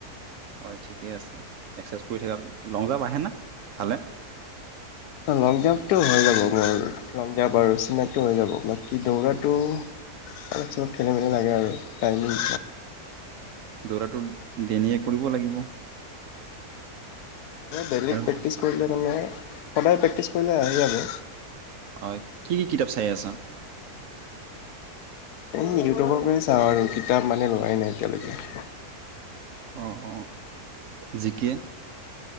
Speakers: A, on the right; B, on the left.
A: হয় ঠিকে আছে। এক্সাৰচাইজ কৰি থাকা। লং জাপ আহে না ভালে?
B: লং জাম্পটো হৈ যাব মোৰ। লং জাম্প আৰু চিন আপটো হৈ যাব বাকী, দৌৰাটো অলপ চলপ খেলি মেলি লাগে আৰু টাইমিং
A: দৌৰাটো দেনিয়ে কৰিব লাগিব।
B: বেলেগ
A: আৰু
B: প্ৰেক্টিচ কৰিলে মানে সদায় প্ৰেক্টিছ কৰিলে আহি যাব।
A: অই কি কি কিতাপ চাই আছ?
B: এই ইউটিউবৰ পৰা চাওঁ আৰু কিতাপ মানে লোৱাই নাই এতিয়ালৈকে
A: অ অ জিকিয়